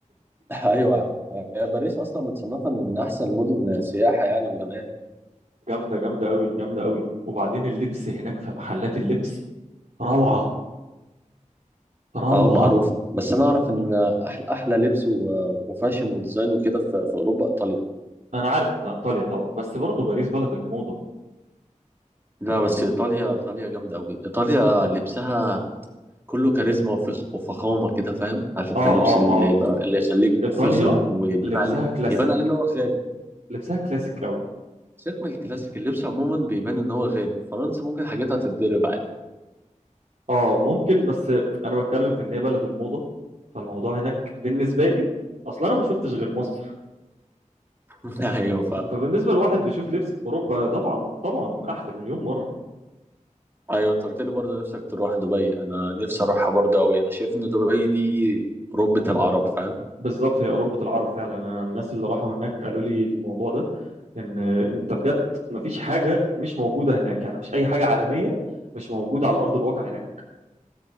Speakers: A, on the right (about 15°); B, on the right (about 70°).
A: <laughs> ايوه هي باريس اصلا متصنفه ان من احسن المدن سياحه يعني وجمال
B: جامده جامده قوي جامده قوي وبعدين اللبس هناك في محلات اللبس روعه روعه
A: اه معروفه بس انا اعرف ان احلى احلى لبس و- وفاشن وديزاين وكده في في اوروبا ايطاليا
B: انا عارف ان ايطاليا طبعا بس برضه باريس بلد الموضه
A: لا بس ايطاليا ايطاليا جامده قوي ايطاليا لبسها كله كاريزما وفخ وفخامه كده فاهم عارف انت
B: اه
A: اللبس
B: اه
A: اللي
B: ما هو
A: يبقى اللي يخليك
B: ايطاليا
A: فخم ويبان
B: لبسها
A: عليه
B: كلاسيك
A: يبان عليه ان هو غالي
B: لبسها كلاسيك
A: سيبك من الكلاسيك اللبس عموما بيبان ان هو غالي فرنسا ممكن حاجاتها تتضرب عادي
B: اه ممكن بس انا بتكلم في ان هي بلد الموضه فالموضوع هناك بالنسبه لي اصلا انا ما شفتش غير مصر
A: <laughs> ايوه فاهم
B: فبالنسبه لواحد بيشوف لبس في اوروبا طبعا طبعا احلى مليون مره
A: ايوه انت قلت لي برضه نفسك تروح دبي انا نفسي اروحها برضه قوي انا شايف ان دبي دي ربة العرب فاهم
B: بالظبط هي اوروبا العرب فعلا انا الناس اللي راحوا هناك قالوا لي الموضوع ده ان انت بجد ما فيش حاجه مش موجوده هناك يعني ما فيش اي حاجه عالميه مش موجوده على ارض الواقع هناك